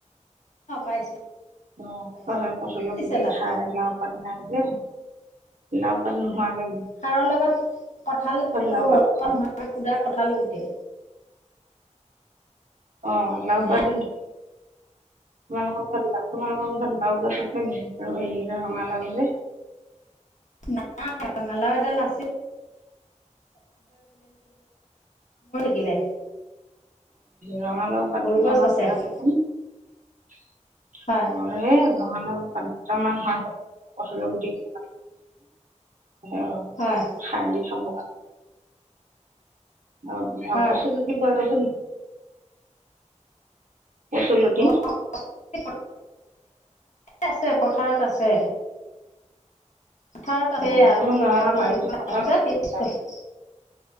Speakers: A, on the left; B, on the right.
A: অ' পাইছো।
B: অ'
A: পাইছো
B: হয়, হয়, কঠলৰ
A: দিছে
B: গুটি
A: তাত
B: খাই লা নাই যে <unintelligible> আগে
A: সাৰৰ লগত কঁঠাল
B: লাও
A: অ'
B: পাত আছে
A: নহ <unintelligible> সোধা কঁঠাল গুটি।
B: অ' লাও
A: হে
B: পা <unintelligible> তোমালোক <unintelligible> তোমালোক <unintelligible> আছে নেকি ৰঙা লাও যে
A: নাই ৰঙালাও এডাল আছিল গিলে
B: ৰঙা লাও পাত দুটামান
A: গছ আছে
B: ব
A: খালি
B: <unintelligible>
A: হয়
B: হে ৰঙা <unintelligible> <unintelligible> অ
A: হয়
B: খাৰ দি খাব <unintelligible>
A: হয়
B: কচু <unintelligible> পোৱা যাব ন কচুলতি
A: <inaudible> আছে, আছে, পথাৰত আছে। পথাৰত আছে
B: অ
A: আৰু
B: তোমাৰ ল'ৰাটো
A: আমাৰ বাৰীখন
B: যদি পথাৰত
A: ডাঙৰ যে পি <unintelligible>
B: যায়,